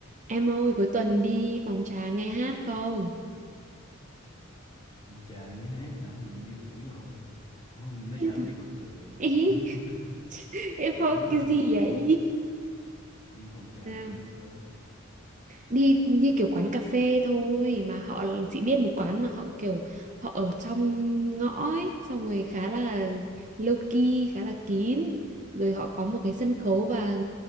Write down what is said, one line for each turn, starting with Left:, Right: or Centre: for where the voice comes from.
Right: Em ơi, cuối tuần đi phòng trà nghe hát không?
Left: Ông chà nghe hát hả mình như tuổi rồi không nó giỡn
Right: Yêu thôi.
Left: chứ cũng được
Right: Ý,
Left: cũng <laughs>
Right: <laughs> em
Left: mà
Right: phòng
Left: tính là
Right: cái gì
Left: kiểu
Right: vậy?
Left: đi phòng trà
Right: Sao?
Left: kiểu gì cơ
Right: Đi như kiểu quán cà phê thôi mà họ chị biết một quán mà họ kiểu họ ở trong ngõ ấy, xong rồi khá là low key, khá là kín. Rồi họ có một cái sân khấu và